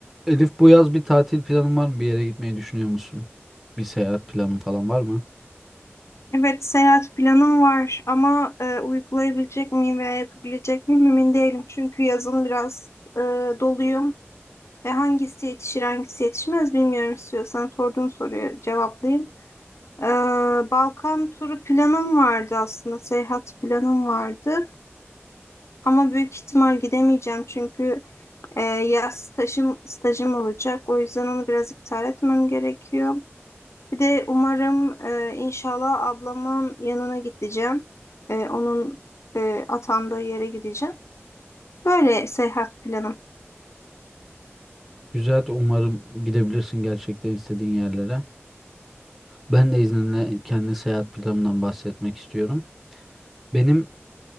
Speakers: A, in the centre; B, on the left (about 80°).
A: Elif bu yaz bir tatil planın var mı? Bir yere gitmeyi düşünüyor musun? Bir seyahat planın falan var mı?
B: Evet, seyahat planım var ama e, uygulayabilecek miyim veya yapabilecek miyim emin değilim. Çünkü yazın biraz e, doluyum ve hangisi yetişir hangisi yetişmez bilmiyorum istiyorsan sorduğun soruyu cevaplayayım. E, Balkan turu planım vardı aslında, seyahat planım vardı ama büyük ihtimal gidemeyeceğim çünkü e, yaz stajım, stajım olacak. O yüzden onu biraz iptal etmem gerekiyor. Bir de umarım e, inşallah ablamın yanına gideceğim. E, onun e, atandığı yere gideceğim. Böyle seyahat planım.
A: Güzel, umarım gidebilirsin gerçekten istediğin yerlere. Ben de izninle kendi seyahat planımdan bahsetmek istiyorum. Benim